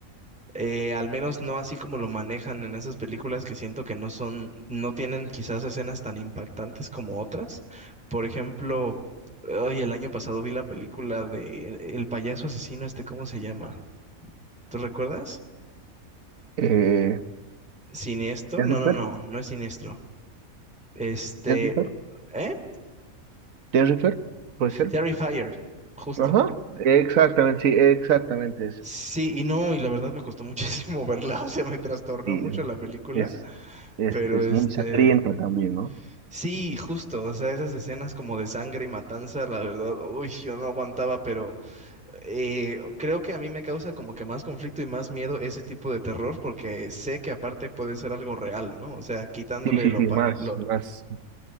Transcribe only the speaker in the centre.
Eh, al menos no así como lo manejan en esas películas que siento que no son, no tienen quizás escenas tan impactantes como otras. Por ejemplo, hoy el año pasado vi la película de El el payaso asesino, este, ¿cómo se llama? ¿Tú recuerdas?
¿Siniestro?
No, no, no, no es siniestro. Este,
¿eh?
Terrifier, justo.
Sí, y no, y la verdad me costó muchísimo <laughs> verla, o sea, me trastornó
mucho la película,
pero
este,
Sí, justo, o sea, esas escenas como de sangre y matanza, la verdad, uy, yo no aguantaba, pero eh, creo que a mí me causa como que más conflicto y más miedo ese tipo de terror, porque sé que aparte puede ser algo real, ¿no? O sea, quitándole
lo,
pa-
lo